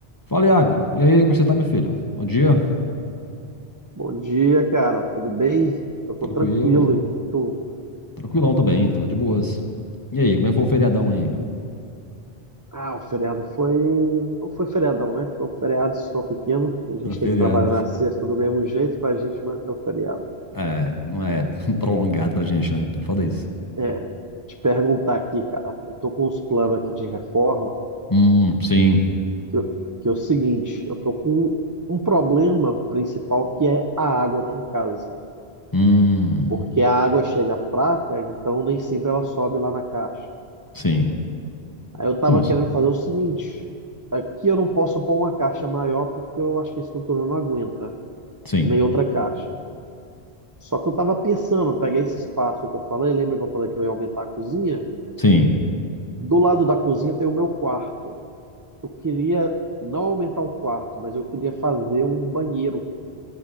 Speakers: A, on the left (about 25°); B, on the right (about 30°).
A: Fala, Iago. E aí, como é que você tá, meu filho? Bom dia.
B: Bom dia, cara. Tudo bem? Eu tô
A: Tranquilo.
B: tranquilo e tu?
A: Tranquilão também, tô de boas. E aí, como é que foi o feriadão aí?
B: Ah, o feriado foi. Não foi feriadão, né? Foi um feriado só pequeno. A gente
A: <laughs>
B: tem
A: Feriado.
B: que trabalhar na sexta do mesmo jeito pra gente matar o feriado.
A: É, não é <laughs> prolongado pra gente, né? É Foda isso.
B: É, te perguntar aqui, cara. Eu tô com uns planos aqui de reforma,
A: Hum, sim.
B: que, eu- que é o seguinte: eu tô com um problema principal que é a água aqui em casa.
A: Hum,
B: Porque a água chega fraca, então nem sempre ela sobe lá na caixa.
A: sim.
B: Aí eu tava
A: Nossa,
B: querendo fazer o seguinte: aqui eu não posso pôr uma caixa maior porque eu acho que a estrutura não aguenta,
A: sim.
B: nem outra caixa. Só que eu tava pensando, eu peguei esse espaço que eu falei, lembra que eu falei que eu ia aumentar a cozinha?
A: Sim.
B: Do lado da cozinha tem o meu quarto. Eu queria não aumentar o quarto, mas eu queria fazer um banheiro.